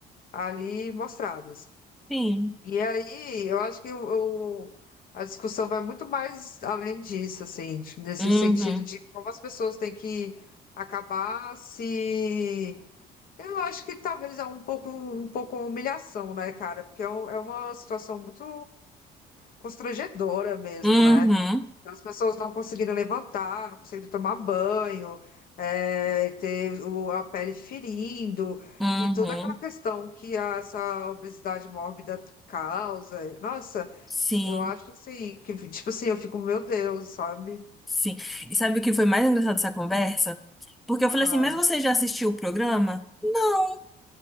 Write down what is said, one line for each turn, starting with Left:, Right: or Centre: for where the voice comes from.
Left: ali mostradas.
Centre: sim.
Left: E aí, eu acho que o, o- a discussão vai muito mais além disso, assim, nesse
Centre: Uhum,
Left: sentido de como as pessoas têm que acabar se. Eu acho que talvez é um pouco, um pouco humilhação, né, cara? Porque é, um- é uma situação muito constrangedora mesmo,
Centre: uhum,
Left: né? Então, as pessoas não conseguindo levantar, não conseguindo tomar banho, é, ter o- a pele ferindo,
Centre: uhum,
Left: e toda aquela questão que a- essa obesidade mórbida causa. Nossa,
Centre: sim.
Left: eu acho assim, que <laughs> tipo assim, eu fico, meu Deus, sabe?
Centre: Sim. E sabe o que foi mais engraçado dessa conversa? Porque eu falei
Left: Ah.
Centre: assim, mas você já assistiu o programa? Não,